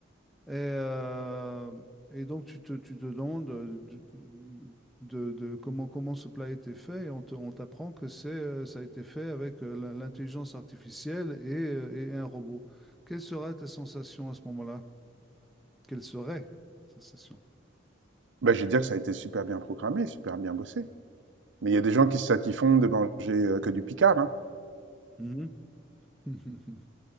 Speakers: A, in the centre; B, on the right.
A: Et, euh, et donc, tu te, tu te demandes euh, du- de, de comment, comment ce plat a été fait, et on te- on t'apprend que c'est, euh, ça a été fait avec euh, la- l'intelligence artificielle et, euh, et un robot. Quelle sera ta sensation à ce moment-là? Quelle serait ta sensation?
B: Bah, je vais dire que ça a été super bien programmé, super bien bossé. Mais il y a des gens qui se satisfont de manger euh, que du Picard, hein.
A: Mhm. <laughs>